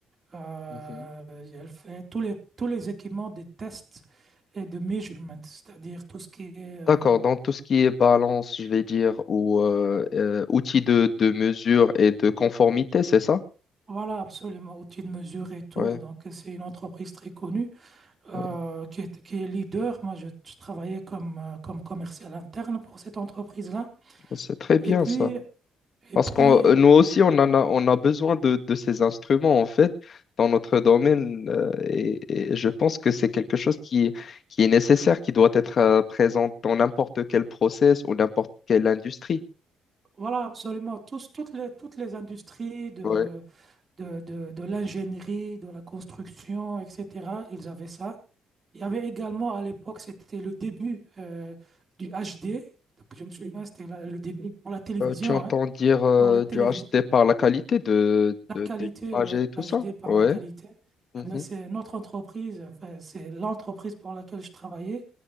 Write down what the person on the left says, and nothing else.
Mhm.
D'accord. Dans tout ce qui est balance, je vais dire, ou euh, euh, outils de, de mesure et de conformité, c'est ça?
Ouais.
Ouais.
C'est très bien
ça.
Parce
que
nous aussi, on en a, on a besoin de, de ces instruments, en fait, dans notre domaine. euh, et, et je pense que c'est quelque chose qui, qui est nécessaire, qui doit être euh, présent dans n'importe quel process ou n'importe quelle industrie.
Ouais.
Euh, tu entends
dire euh,
du HD par la qualité de,
de,
de l'image
et tout
ça?
Ouais.
Mhm.